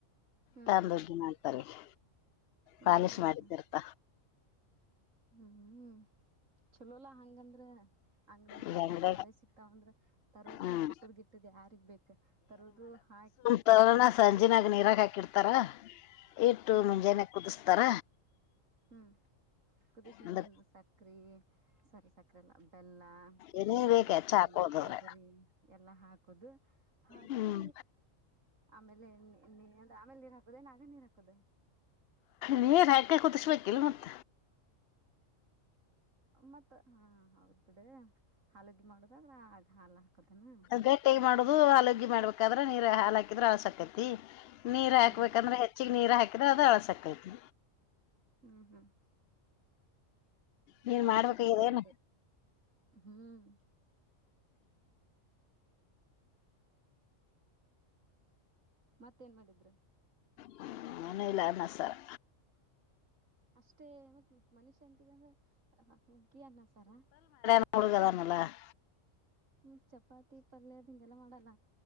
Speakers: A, on the right (about 75°); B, on the left (about 60°).
A: ಹ್ಮ್
B: ತಂದ ಹುಗ್ಗೀ ಮಾಡ್ತಾರೆ ಈಗ
A: ಹ್ಮ್
B: ಪಾಲಿಶ್
A: ಹ್ಮ್
B: ಮಾಡಿದ್ದರ್ತ
A: ಹ್ಮ್ ಹ್ಮ್ ಹ್ಮೂ ಚಲೋಲಾ ಹಂಗಂದ್ರ ಅಂಗಡಿಯಾಗ
B: ಈಗ
A: ಡೈರೆಕ್ಟ್
B: ಅಂಗಡ್ಯಾಗ
A: ಅವೇ ಸಿಕ್ತಾವಂದ್ರ. ತರೋದು
B: ಹ್ಮ್
A: ಕುಟ್ಟದ್ ಗಿಟ್ಟದ ಯಾರಿಗ್ ಬೇಕ ತರೋದು ಹಾಕಿ.
B: ತರಾನಾ ಸಂಜೆನಾಗ ನೀರಾಕ್ ಹಾಕಿಡ್ತಾರ ಇಟ್ಟು
A: ಹ್ಮ್
B: ಮುಂಜಾನೆ. ಕುದಿಸ್ತಾರ.
A: ಹ್ಮ್ ಕುದೀಸಿ
B: ಅಂದ್ರ
A: ಏನ್ ಸಕ್ರಿ ಸಾರಿ ಸಕ್ರಿ ಅಲ್ಲ ಬೆಲ್ಲ.
B: ಏನೇ ಬೇಕ
A: ಏಲಕ್ಕಿ
B: ಹೆಚ್ಚ ಹಾಕೋದವ್ರ
A: ಕೊಬ್ಬರಿ ಎಲ್ಲಾ ಹಾಕುದು ಹಾಕಿ.
B: ಹ್ಮ್
A: ಆಮೇಲೆ ನೀ ಆಮೇಲೆ ನೀರ್ ಹಾಕುದ ಏನ್ ಆಗ ನೀರ್ ಹಾಕುದ.
B: ನೀರ್ ಹಾಕೆ ಕುದಿಸ್ಬೇಕಿಲ್ಲ ಮತ್ತ.
A: ಮತ್ತ ಹಾ ಹೌದ್ ಬಿಡ ಹಾಲಡ್ಗೆ ಮಾಡುದಾದ್ರೆ ಆಗ ಹಾಲು ಹಾಕುದೇನ್.
B: ಗಟ್ಟಿಯಾಗಿ ಮಾಡುದು ಹಾಲಗಿ ಮಾಡ್ಬೇಕಾದ್ರೆ ನೀರ್ ಹಾಲ ಹಾಕಿದ್ರೆ ಹಸಕತಿ. ನೀರು ಹಾಕ್ಬೇಕಂದ್ರೆ
A: ಹ್ಮ್
B: ಹೆಚ್ಚಿಗೆ ನೀರು ಹಾಕಿದ್ರೆ ಅದು ಅಳ್ಸಕೈತಿ.
A: ಹ್ಮ್ ಹ್ಮ್
B: ನೀನ್
A: ಅಳಸೆ
B: ಮಾಡ್ಬೇಕಾಗಿದೇನು
A: ಚಲೋ ಬಿಡ. ಹ್ಮ್. ಮತ್ತೇನ್ ಮಾಡಿದ್ರ.
B: ಹ್ಮ ಏನ್ ಇಲ್ಲ ಅನ್ನ ಸಾರ್.
A: ಅಷ್ಟೇ ಮತ್ತ ಮನಿ ಶಾಂತಿಃಗ ಅಂದ್ರೆ ಹುಗ್ಗಿ ಅನ್ನಸಾರ.
B: ಹಡುಗದಾನಲ್ಲ. <inaudible>
A: ಹ್ಮ್ ಚಪಾತಿ ಪಲ್ಯ ಅದು ಹಿಂಗೆಲ್ಲ ಮಾಡಲ್ಲ.